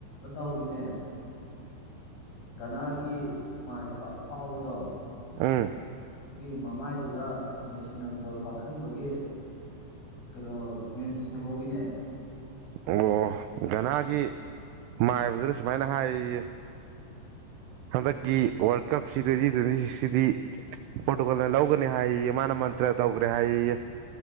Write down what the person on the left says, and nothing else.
ꯇꯧꯋꯅꯦ ꯒꯅꯥꯒꯤ ꯃꯥꯏꯕ ꯑꯐꯥꯎꯕꯗꯣ
ꯑꯗꯨꯒꯤ ꯃꯃꯥꯏꯗꯨꯗ ꯃꯦꯁꯤꯅ ꯕꯣꯜ ꯀꯥꯎꯁꯤꯟꯕꯒꯤ ꯀꯩꯅꯣ ꯃꯤꯝꯁ ꯁꯦꯝꯍꯧꯒꯤꯅꯦ